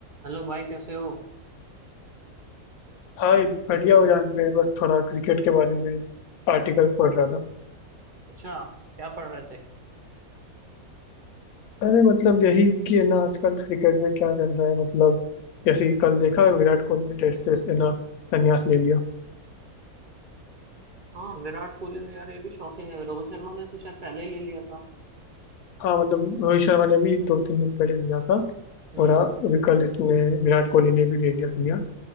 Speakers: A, on the right (about 50°); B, on the left (about 75°).
A: Hello भाई कैसे हो
B: हाँ एक बढ़िया हो जान मैं बस थोड़ा क्रिकेट के बारे में आर्टिकल पढ़ रहा था
A: अच्छा क्या पढ़ रहे थे
B: अरे मतलब यही कि है ना आजकल क्रिकेट में क्या चल रहा है मतलब जैसे कि कल देखा विराट कोहली ने टेस्ट से है ना संन्यास ले लिया
A: हाँ विराट कोहली ने यार ये भी शॉकिंग है रोहित शर्मा ने तो शायद पहले ही ले लिया था
B: हाँ मतलब रोहित शर्मा ने भी दो तीन दिन पहले लिया था
A: हम्म
B: और आ- अभी कल इसने विराट कोहली ने भी ले लिया संन्यास